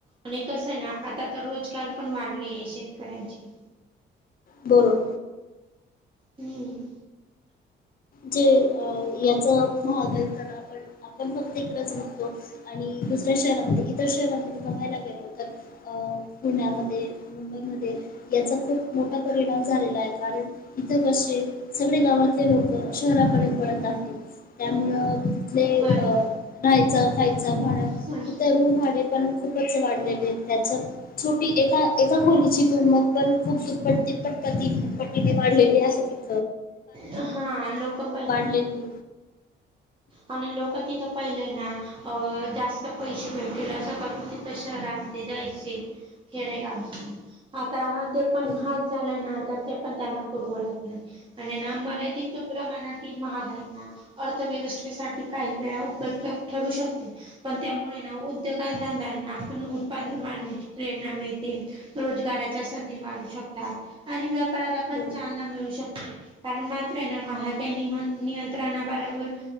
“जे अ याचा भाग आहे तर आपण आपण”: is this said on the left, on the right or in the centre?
Left